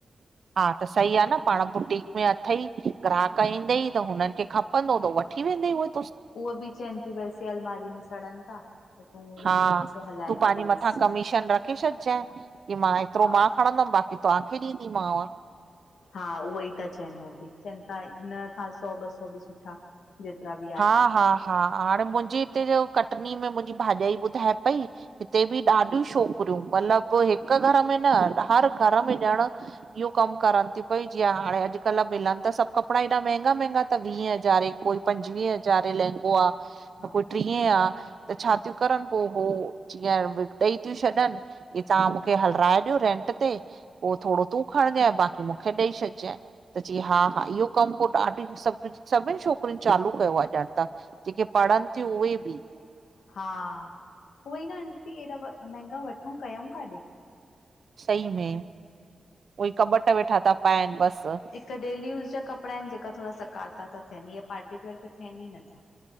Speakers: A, on the right (about 65°); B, on the left (about 85°).
A: हा त सही आ न पाण बुटीक में अथई, ग्राहक ईंदई त हुननि खे खपे ख़पनो त वठी वेंद ई उए।
B: उव बि चवनि थियूं वैसे अलमारी में सड़नि था त तूं
A: हा
B: थोरो सो हलाए
A: तूं
B: करे
A: पंहिंजी मथां
B: ॾिसजांइ
A: कमीशन रखी छॾजांइ, की मां एतिरो
B: हा
A: मां खणंदमि बाक़ी तव्हांखे ॾींदीमांव।
B: हा उहे ई ता चनि उ बि चवनि था इ खां सौ ॿ सौ बि सुठा जेतिरा बि
A: हा, हा, हा, हाण मुंहिंजे हिते जो कटनी में मुंहिंजी भाॼाई ॿुधाए पई हिते बि ॾाढियूं छोकिरियूं मतलब हिक घर में न हर घर में ॼण इहो कमु करनि थी पई, जीअं हाणे अॼुकल्ह मिलनि त सभु कपिड़ा हेएॾा महॻा, महॻा त वीह हज़ारे को पंजवीह हज़ार लहंगो आह
B: हा
A: त कु ट्रीए आ त छा थियूं करनि पोइ हो जीअं ॾेई थियूं छॾनि इ तव्हां मूंखे हलराए ॾियो रेंट ते पोइ थोरो तूं खणिजइ, बाक़ी मूंखे ॾेई छॾिजांइ त च्यी हा हा इहो कमु पोइ ॾाढी आ सभ सभिनि छो <unintelligible> चालू कयो आ ॼण ता जेके पढ़नि थियूं उहे बि।
B: हा, उहई न आंटी हेॾा व महांंगा वठूं कयूं काॾे?
A: सई में, उए कॿटु वेठा था पाइनि बसि।
B: त डेल यूस जा कपिड़ा आहिनि जेका थोरा सकारता था थियनि, इया पार्टी वेर त थियनि ई नथा।